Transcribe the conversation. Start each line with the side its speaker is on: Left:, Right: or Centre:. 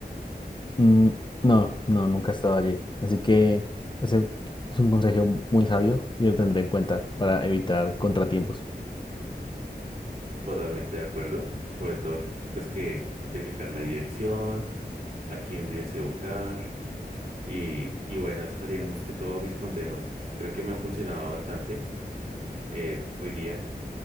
Left: Mm, no, no, nunca he estado allí. Así que ese es un consejo muy sabio y lo tendré en cuenta para evitar contratiempos.
Right: Totalmente de acuerdo. Sobre todo, pues que verificar la dirección, a quién tienes que buscar. Y, y bueno, esos serían más que todo mis consejos. Creo que me han funcionado bastante eh, hoy día.